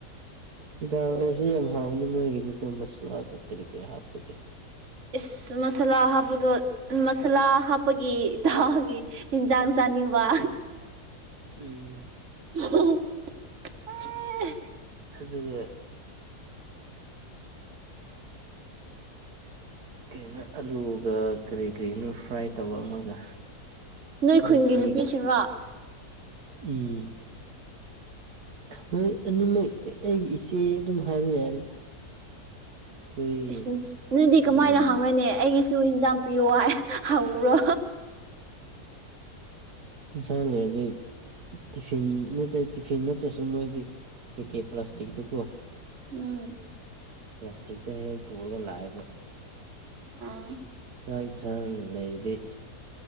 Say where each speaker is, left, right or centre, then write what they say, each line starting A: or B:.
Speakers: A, on the right; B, on the right.
A: ꯗꯥꯜ ꯑꯣꯏꯔꯁꯨ ꯌꯥꯝ ꯍꯥꯎꯕꯅꯤ ꯃꯣꯏꯒꯤꯗꯤꯀꯣ ꯃꯁꯂꯥ ꯀꯔꯤ ꯀꯔꯤ ꯍꯥꯞꯄꯒꯦ
B: ꯏꯁ ꯃꯁꯥꯂꯥ ꯍꯥꯞꯄꯗꯣ ꯃꯁꯥꯂꯥ ꯍꯥꯞꯄꯒꯤ ꯊꯥꯒꯤ ꯌꯦꯟꯖꯥꯡ ꯆꯥꯡ ꯑꯅꯤ ꯋꯥ
A: ꯎꯝ
B: <unintelligible>
A: ꯑꯗꯨꯒ ꯀꯔꯤꯅꯣ ꯑꯂꯨꯒ ꯀꯔꯤ ꯀꯔꯤꯅꯣ ꯐ꯭ꯔꯥꯏ ꯇꯧꯕ ꯑꯃꯒ
B: ꯅꯣꯏ
A: ꯔꯣꯇꯤꯒ
B: ꯈꯨꯟꯒꯤ ꯅꯨꯄꯤꯁꯤꯡꯔꯣ
A: ꯎꯝ ꯃꯣꯏ ꯑꯅꯤꯃꯛ ꯑꯩꯒꯤ ꯏꯆꯦ ꯑꯗꯨꯝ ꯍꯥꯏꯕ ꯌꯥꯔꯦꯗ
B: ꯑꯣ
A: ꯑꯩꯈꯣꯏ
B: ꯏꯁ ꯅꯪꯗꯤ
A: ꯎꯝ
B: ꯀꯃꯥꯏꯅ ꯍꯧꯔꯦꯅꯦ ꯑꯩꯒꯤꯁꯨ ꯏꯟꯖꯥꯡ ꯄꯤꯌꯣ ꯍꯥꯏ ꯍꯪꯉꯨꯔꯣ
A: ꯏꯪꯁꯥꯡ ꯂꯩꯔꯗꯤ ꯇꯤꯐꯤꯟ ꯅꯠꯇ꯭ꯔ ꯇꯤꯐꯤꯟ ꯅꯠꯇ꯭ꯔꯁꯨ ꯃꯣꯏꯗꯤ ꯄꯦꯀꯦꯠ ꯄ꯭ꯂꯥꯁꯇꯤꯛꯇꯨ ꯀꯣ
B: ꯎꯝ
A: ꯄ꯭ꯂꯥꯁꯇꯤꯛꯇ ꯍꯦꯛ ꯄꯨꯔꯒ ꯂꯥꯛꯑꯦꯕ
B: ꯑ
A: ꯆꯥꯛ ꯌꯦꯟꯁꯥꯡ ꯂꯩꯔꯗꯤ